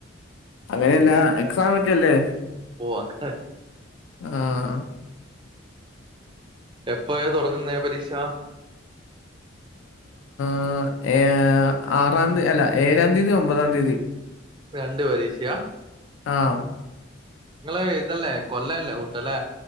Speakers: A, on the left (about 75°); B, on the right (about 25°).
A: അങ്ങനെയല്ല എക്സാമൊക്കെയല്ലേ
B: ഓഹ് അങ്ങനെ
A: ആഹ്‌
B: എപ്പഴാ തൊടങ്ങുന്നെ പരീക്ഷ?
A: ആഹ് ഏഹ് ആറാന്തി അല്ല ഏഴാന്തിയതി ഒമ്പതാന്തിയതി
B: അപ്പ രണ്ട് പരീക്ഷയ?
A: ആഹ്‌
B: ഇങ്ങള് ഇതല്ലേ കൊല്ലവല്ലേ കൂട്ടല്ലേ?